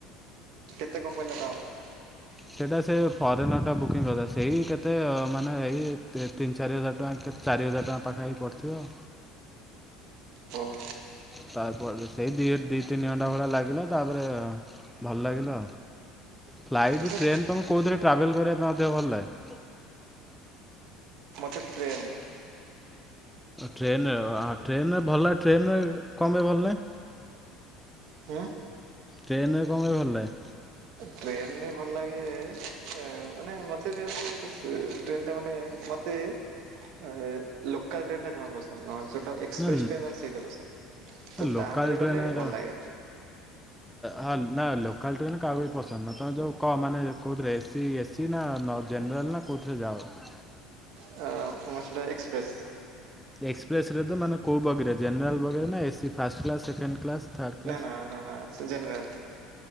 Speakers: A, on the right; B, in the centre.
A: କେତେ କଣ ପଇଲା ତମର?
B: ସେଇଟା ସେ ଫରେନର୍ଟା ବୁକିଂ କରିଥିଲା ସେଇ କେତେ ମାନେ ଏଇ ତିନି ଚାରି ହଜାର ଟଙ୍କା କେ ଚାରି ହଜାର ଟଙ୍କା ପାଖାପଖି ପଡ଼ିଥିବ।
A: ଓ।
B: ତାପରେ ସେଇ ଦି ଦି ତିନି ଘଣ୍ଟା ଭଳିଆ ଲାଗିଲା ତାପରେ ଭଲ ଲାଗିଲା। ଫ୍ଲାଇଟ୍
A: ଆଚ୍ଛା
B: ଟ୍ରେନ୍ ତମେ କୋଉଥିରେ ଟ୍ରାଭେଲ୍ କରିବା ପାଇଁ ଅଧିକ ଭଲ ଲାଗେ?
A: ମତେ ଟ୍ରେନରେ।
B: ଟ୍ରେନରୁହ ଟ୍ରେନରେ ଭଲ ଟ୍ରେନରେ କପାଇଁ ଭଲ ଲାଗେ।
A: ହଁ।
B: ଟ୍ରେନରେ କଣ ପାଇଁ ଭଲ ଲାଗେ?
A: ଟ୍ରେନରେ ଭଲ ଲାଗେ ମାନେ ମତେ ଟ୍ରେନ ଟା ମାନେ ମତେ ତେ ଏ ଲୋକାଲ ଟ୍ରେନଟା ଜମା ପ ନ ଯେଉଁଟା ଏକ୍ସପ୍ରେସ୍
B: ନା
A: ଟ୍ରେନ ସେଇଟା ପସନ୍ଦ ତ
B: ଲୋକାଲ୍
A: ତା ଦେହରେ ଗଲେ
B: ଟ୍ରେନରେ
A: ଭଲ ଲାଗେ।
B: ହଁ ନା ଲୋକାଲ୍ ଟ୍ରେନ୍ କାହାକୁ ବି ପସନ୍ଦ ନୁହଁ ତମେ ଯେଉଁ କ ମାନେ କଉଥିରେ ଏସି ଏ ଏ ସି ନା ନ ଜେନେରାଲ୍ ନା କୋଉଥିରେ ଯାଅ?
A: କଣ ସେଇଟା ଏକ୍ସପ୍ରେସ।
B: ଏକ୍ସପ୍ରେସରେ ତ ମାନେ କୋଉ ବଗିରେ ଜେନେରାଲ ବଗିରେ ନା AC first class second class third କ୍ଲାସ୍?
A: ନା ନା ନା ନା ସେ ଜେନେରାଲ୍